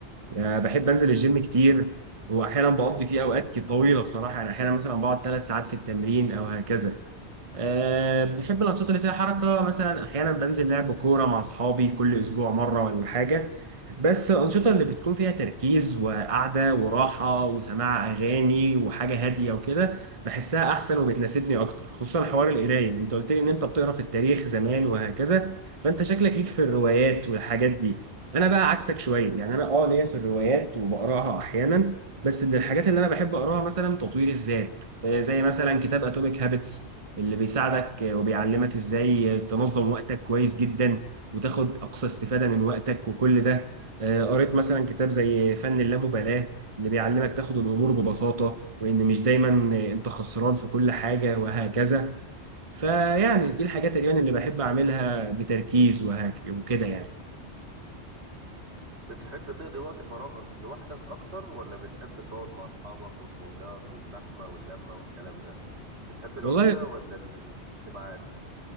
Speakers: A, on the right (about 30°); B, on the right (about 75°).
A: آه، بحب انزل الجيم كتير واحيانا بقضي فيه اوقات كتير طويله بصراحه يعني احيانا مثلا بقعد ثلاث ساعات في التمرين او هكذا أه بحب الأنشطة اللي فيها حركة مثلا أحيانا بنزل لعب كورة مع أصحابي كل أسبوع مرة ولا حاجة بس الأنشطة اللي بتكون فيها تركيز وقعدة وراحة وسماع أغاني وحاجة هادية وكده بحسها أحسن وبتناسبني أكتر خصوصا حوار القراية أنت قلت لي إن أنت بتقرأ في التاريخ زمان وهكذا فأنت شكلك ليك في الروايات والحاجات دي أنا بقى عكسك شوية يعني أنا أه ليا في الروايات وبقرأها أحيانا بس من الحاجات اللي أنا بحب أقرأها مثلا تطوير الذات آه، زي مثلا كتاب اتوميك هابتس اللي بيساعدك آه، وبيعلمك ازاي تنظم وقتك كويس جدا وتاخد اقصى استفادة من وقتك وكل ده آه، قريت مثلا كتاب زي فن اللامبالاة اللي بيعلمك تاخد الامور ببساطة وان مش دايما آه، انت خسران في كل حاجة وهكذا فيعني دي الحاجات اليوم اللي بحب اعملها بتركيز وهك- وكده يعني
B: بتحب تقضي وقت فراغك لوحدك أكتر ولا بتحب تقعد مع أصحابك والخروجات والزحمة واللمة والكلام ده بتحب العزلة
A: والله
B: ولا الاجتماعات